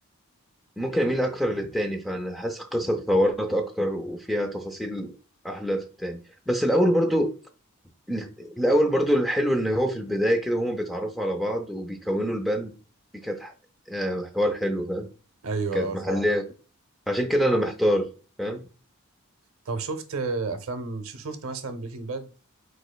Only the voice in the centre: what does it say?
ممكن اميل اكتر للتاني فانا حاسس القصه اتطورت اكتر وفيها تفاصيل احلى في التاني بس الاول برضو الاول برضو الحلو ان هو في البدايه كده هما بيتعرفوا على بعض وبيكونوا البند دي كانت ح- آه، حوار حلو فاهم
كانت
محليه
عشان كده انا محتار فاهم